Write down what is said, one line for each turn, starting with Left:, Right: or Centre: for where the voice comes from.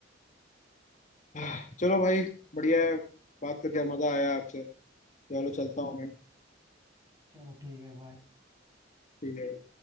Left: <sighs> चलो भाई बढ़िया है। बात करके मजा आया आपसे चलो चलता हूँ मैं
Right: चलो ठीक है बाय
Left: ठीक है